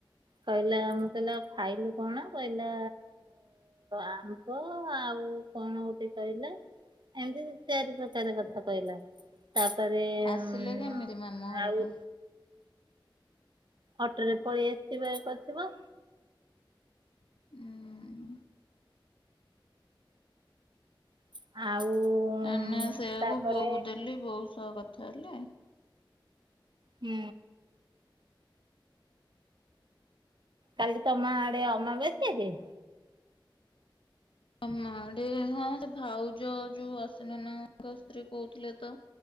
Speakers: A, on the right (about 60°); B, on the left (about 80°).
A: କହିଲା ମୁଁ କହିଲି ଆଉ ଖାଇଲୁ କଣ କହିଲା ଆମ୍ବ ଆଉ କଣ ଗୋଟେ କହିଲା ଏମିତି ଚାରି ପ୍ରକାର କଥା କହିଲା। ତାପରେ
B: ଆସିଲେ
A: ଉଁ
B: କେମିତି ମାମୁଁ ଘରକୁ?
A: ଆଉ ଅଟୋ ରେ ପଳେଇ ଆସିଥିବେ କରିଥିବ
B: ଉଁ।
A: ଆଉ।
B: ଏ ନା ସେଇଆକୁ
A: ତାପରେ
B: ବୋଉ କୁ ଦେଲି ବୋଉ ସହ କଥା ହେଲେ।
A: ହୁଁ। କାଲି ତମ ଆଡେ ଅମାବାସ୍ୟା ଯେ?
B: ଆମ ଆଡେ, ହଁ ଭାଉଜ ଯୋଉ ଆସ ନନା ଙ୍କ ସ୍ତ୍ରୀ କହୁଥିଲେ ତ